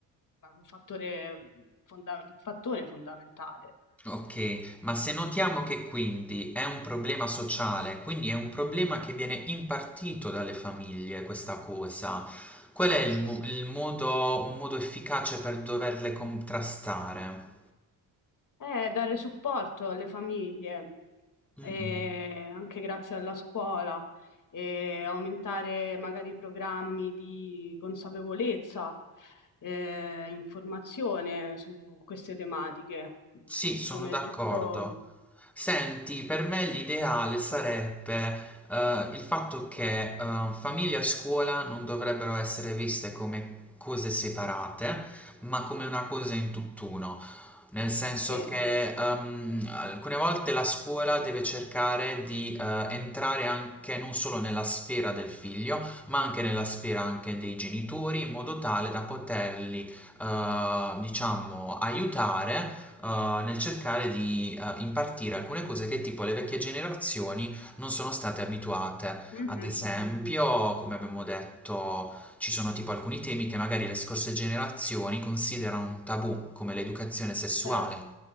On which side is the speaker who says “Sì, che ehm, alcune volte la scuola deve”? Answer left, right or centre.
Centre